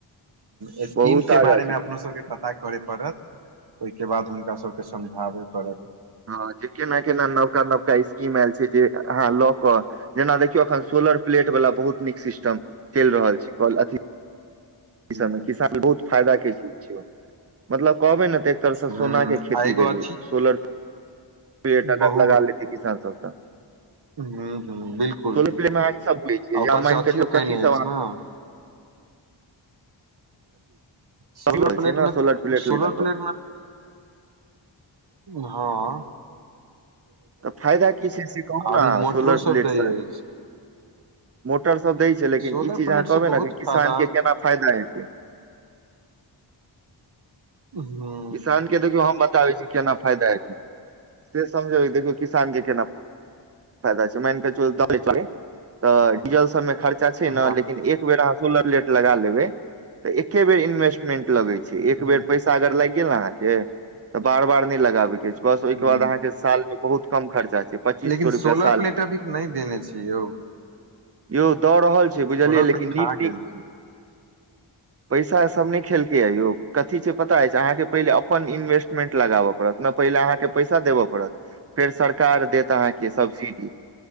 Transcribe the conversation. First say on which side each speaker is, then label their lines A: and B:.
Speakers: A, on the right (about 55°); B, on the right (about 30°).
A: ह स्कीम
B: बहुत
A: के
B: आगाँ
A: बारे
B: छी
A: मे अपना सबके पता करय पड़त ओहिके बाद हुनका सबके समझाबे पड़त।
B: हां, जे केना-केना नवका-नवका स्कीम आयल छैय, जे अहाँ लऽ कऽ जेना देखियौ अखन सोलर प्लेट बला बहुत नीक सिस्टम चलि रहल छैय, कल अथी ई
A: ह
B: सबमे किसान बहुत फायदा के चीज छियौ, मतलब कहबे नै त अधिकतर से
A: ह
B: सोना के खेती
A: आ एगो
B: भेलै,
A: अथी
B: सोलर प्लेट अगर
A: बहुत
B: लगा लेतै, किसान सब त
A: ह ह बिलकुल
B: प्लेट मे सब होइ छैय,
A: आ ऊपर
B: जे मानिके
A: से अथियो केने
B: कथीह
A: अछि ने सोलर
B: रहल
A: प्लेटमे
B: छै ने
A: तऽ
B: प्लेट
A: सोलर
B: लेला पर
A: प्लेटमे हां
B: तऽ फायदा की छैय से कहूं
A: अभी
B: नेय अहाँ
A: मोटरो
B: सोलर
A: सब
B: प्लेटसे
A: दै अछि
B: मोटरसब दैय छैय, लेकिन
A: सोलर
B: ई चीज
A: प्लेट
B: अहाँ कहबै
A: से बहुत
B: नेय कि किसान
A: फायदा
B: के केना फायदा हेतै।
A: हूं
B: किसान के देखियौ हम बताबै छी, केना फायदा हेतै से समझबै देखियौ किसान के केना फायदा छैय तऽ डीजल सब मे खर्चा छैय
A: हँ
B: ने लेकिन एक बेर अहाँ सोलर प्लेट लगा लेबे ते एके बेर इन्वेस्टमेंट लगैय छै एक
A: ह
B: बेर पैसा लाईग गेल, अहाँ के तऽ बार-बार नैय लगाबै के छै। बस ओहिके
A: ह
B: बाद अहाँके साल मे बहुत कम खर्चा छैय पच्चीस
A: लेकिन
B: सौ
A: सोलर
B: साल
A: प्लेट
B: में
A: अभी नहि देने छै यौ
B: यौ दऽ रहल छैय, बुझलियै
A: सोलर
B: लेकिन
A: प्लेट खा
B: नीक-नीक
A: गेल छै
B: पैसा सब नैय खेलकै य यौ कथी छैय पता अछि अहाँके पहिले अपन इन्वेस्टमेंट लगाबऽ पड़त नेय पहिले अहाँके पैसा देबेऽ पड़त। फेर सरकार देत अहाँके सब्सिडी